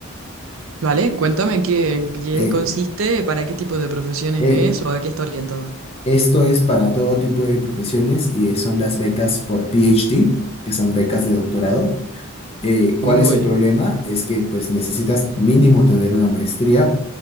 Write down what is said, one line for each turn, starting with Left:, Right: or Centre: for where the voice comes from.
Right: Vale, cuéntame qué, qué
Left: Eh,
Right: consiste, para qué tipo de profesiones
Left: eh,
Right: es o a qué está orientada.
Left: Esto es para todo tipo de profesiones y son las becas por PhD, que son becas de doctorado. Eh, ¿cuál
Right: Uy,
Left: es el problema? Es que pues necesitas mínimo tener una maestría